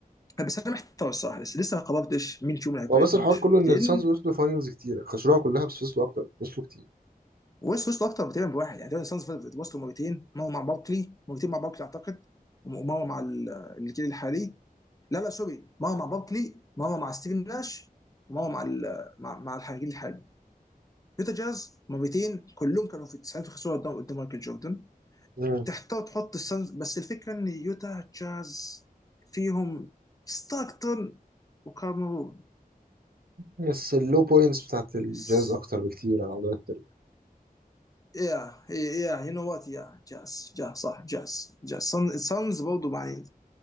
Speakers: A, on the left (about 25°); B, on the right (about 80°).
A: بس انا محتار الصراحه لسه لسه ما قررتش مين فيهم اللي هيكون
B: هو بس
A: 22
B: الحوار كله ان
A: لان
B: السانز وصلوا فاينلز كتيرة خسروها كلها بس وصلوا اكتر وصلوا كتير
A: ويست وصلوا اكتر تقريبا بواحد يعني تقريبا السانز وصلوا مرتين مره مع باركلي مرتين مع باركلي اعتقد ومره مع ال- الجيل الحالي لا لا سوري مره مع باركلي مره مع ستيفن ناش ومره مع ال- مع, مع الجيل الحالي يوتا جاز مرتين كلهم كانوا في التسعينات وخسروا قدام قدام مايكل جوردن
B: مم.
A: تحتار تحط السانز بس الفكره ان يوتا جاز فيهم ستاكتون وكاميرون
B: بس اللو بوينتس بتاعت الجاز
A: بس
B: اكتر بكتير على مدار التاريخ
A: يا يا يو نو وات يا جاز جاز صح جاز جاز السانز برضه يعني